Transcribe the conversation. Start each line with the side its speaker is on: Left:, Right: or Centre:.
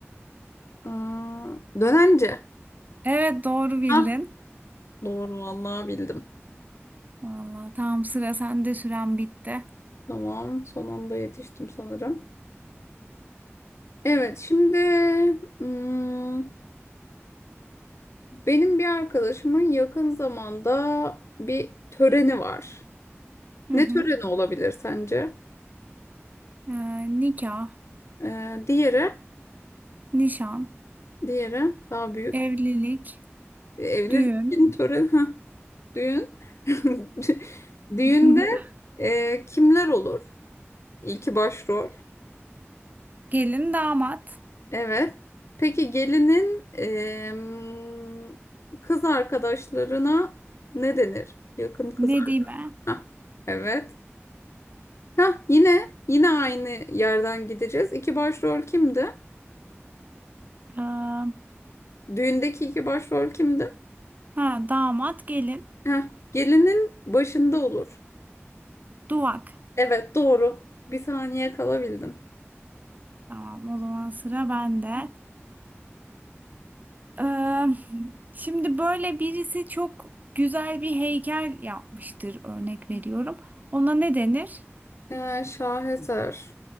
Left: Aa, dönence.
Right: Evet doğru bildin.
Left: Hah, Doğru vallahi bildim.
Right: Vallahi tam sıra sende süren bitti.
Left: Tamam, son anda yetiştim sanırım. Evet, şimdi hmm, benim bir arkadaşımın yakın zamanda bir töreni var.
Right: Hı
Left: Ne
Right: hı.
Left: töreni olabilir sence?
Right: Ee, nikah,
Left: Ee, diğeri,
Right: nişan,
Left: diğeri daha büyük.
Right: evlilik,
Left: Evlilik
Right: düğün,
Left: töreni, ha, düğün. <laughs> Düğünde
Right: <laughs>
Left: e, kimler olur? İlki başrol.
Right: gelin, damat,
Left: Evet. Peki gelinin em, kız arkadaşlarına ne denir? Yakın kız
Right: nedime,
Left: arkadaş. Evet. Hah, yine yine aynı yerden gideceğiz. İki başrol kimdi?
Right: ee,
Left: Düğündeki iki başrol kimdi?
Right: ha, damat, gelin,
Left: Hah, gelinin başında olur.
Right: duvak.
Left: Evet, doğru. Bir saniye kalabildin.
Right: Tamam o zaman sıra bende. Eee, şimdi böyle birisi çok güzel bir heykel yapmıştır örnek veriyorum. Ona ne denir?
Left: Ee, şaheser.